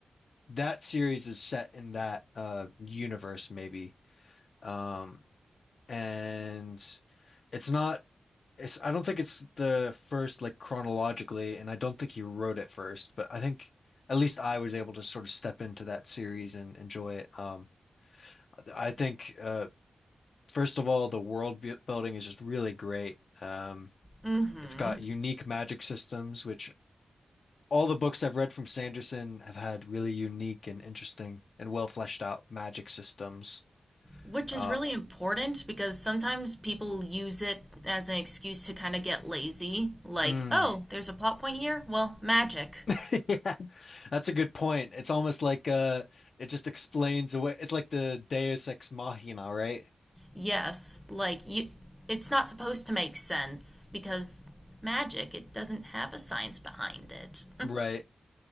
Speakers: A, on the left; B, in the centre.
A: that series is set in that uh universe maybe. Um and it's not it's I don't think it's the first like chronologically and I don't think he wrote it first, but I think at least I was able to sort of step into that series and enjoy it. Um I think uh first of all the world bu- building is just really great. Um
B: hmm
A: it's got unique magic systems which all the books I've read from Sanderson have had really unique and interesting and well fleshed out magic systems.
B: Which
A: Uh,
B: is really important because sometimes people use it as an excuse to kind of get lazy. Like,
A: mm,
B: oh, there's a plot point here? Well, magic.
A: <laughs> yeah, that's a good point. It's almost like uh, it just explains away. It's like the Deus ex machina, right?
B: Yes, like you it's not supposed to make sense because magic, it doesn't have a science behind it.
A: Right.